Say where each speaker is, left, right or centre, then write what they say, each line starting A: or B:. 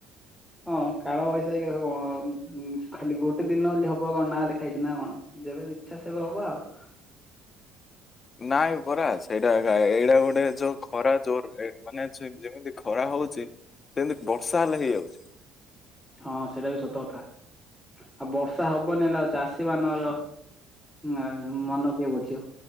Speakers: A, in the centre; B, on the left.
A: ହଁ କାଳ ବୈଶାଖୀ ହଣ କଣ ଖାଲି ଗୋଟେ ଦିନ ବୋଲି ହବ କଣ ନା ଲେଖାହାଇଛି ନା କଣ ଯେବେ ଇଚ୍ଛା ସେବେ ହବ ଆଉ।
B: ନାଇଁ ପରା ସେଇଟା ଏଗା ଏଇଟା ଗୋଟେ ଯୋଉ ଖରାଜୋରରେ ମାନେ ଜୁଇ ଯେମିତି ଖରା ହଉଚି ସେମିତି ବର୍ଷା ହେଲେ ହେଇଯାଉଚି।
A: ହଁ ସେଇଟା ବି ସତ କଥା ଆଉ ବର୍ଷା ହବନି ହେଲେ ଆଉ ଚାଷୀ ମାନର ନାଇ ମନ କିଏ ବୁଝବ